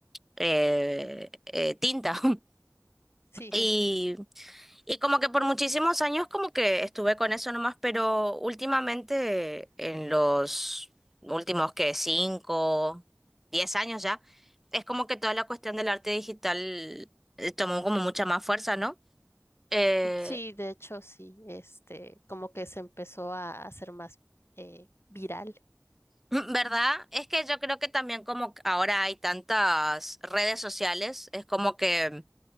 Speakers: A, in the centre; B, on the left.
A: eh, eh, tinta. <laughs>
B: Sí,
A: Y
B: eh,
A: y como que por muchísimos años como que estuve con eso nomás, pero últimamente en los últimos que cinco, diez años ya, es como que toda la cuestión del arte digital eh, tomó como mucha más fuerza, ¿no? Eh,
B: sí,
A: <laughs>
B: de hecho, sí, este, como que se empezó a hacer más eh, viral.
A: <clears throat> ¿verdad? Es que yo creo que también como que ahora hay tantas redes sociales, es como que